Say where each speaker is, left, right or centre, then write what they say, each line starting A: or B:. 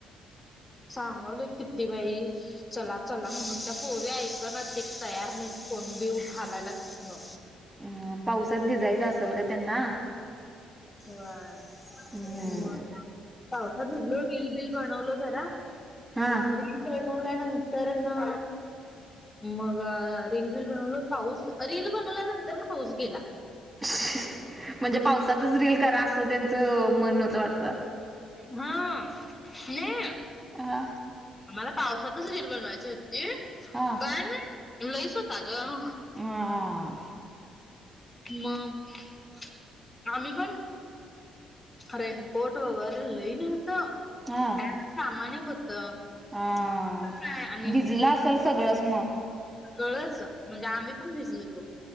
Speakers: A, on the left (about 20°); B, on the right (about 15°).
A: सांगल किती बाई. चला चला म्हणून त्या पोरी ऐंक ना, ते तयार नाही कोण बी उठ हालायला तिथन.
B: हम्म पावसात भिजायच असेल ग त्यांना.
A: वा ह
B: हम्म.
A: मग. <unintelligible> पावसात भिजलो की बिल बनवल जरा.
B: हा.
A: रील बनवल्यानंतर न. मग रील बिल बनवल पाऊस रील बनवल्यानंतर ना, पाऊस गेला.
B: <unintelligible> म्हणजे पावसातच रील करा असं त्यांचं मन व्हतं वाटत.
A: हा, नाही
B: आ
A: मला पावसातच रिल बनवायची होती,
B: आ
A: पण लईच होता ग.
B: आ
A: मग आम्ही पण रेनकोट वगैरे लई नेलत. आणि
B: आ
A: सामान एक होत.
B: आ.
A: कुठं काय आणि
B: भिजलं असेल सगळंच मग
A: सगळच म्हणजे आम्ही पण भिजलेलो.